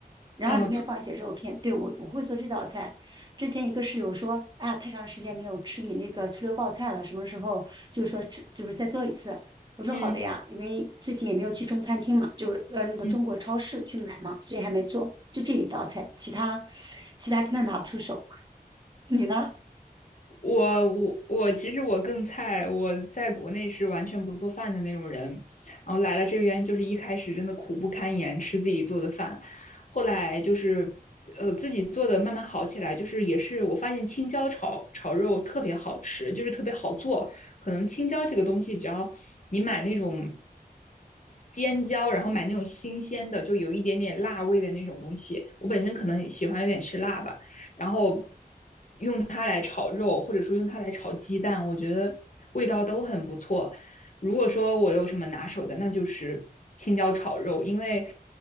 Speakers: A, on the right; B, on the left.
A: 然后里面放一些肉片。
B: 哦，
A: 对，我我会做这道菜。之前一个室友说，哎呀，太长时间没有吃你那个醋溜爆菜了，什么时候就是说吃，就是再做一次。我说好的呀，
B: 嗯
A: 因为最近也没有去中餐厅嘛，就是呃那个中国超市去买嘛，
B: 嗯。
A: 所以还没做，就这一道菜，其他其他真的拿不出手。你呢？
B: 我我我其实我更菜，我在国内是完全不做饭的那种人，然后来了这边就是一开始真的苦不堪言，吃自己做的饭，后来就是呃自己做的慢慢好起来，就是也是我发现青椒炒炒肉特别好吃，就是特别好做，可能青椒这个东西只要你买那种。尖椒，然后买那种新鲜的，就有一点点辣味的那种东西。我本身可能喜欢有点吃辣吧，然后用它来炒肉，或者说用它来炒鸡蛋，我觉得味道都很不错。如果说我有什么拿手的，那就是青椒炒肉，因为，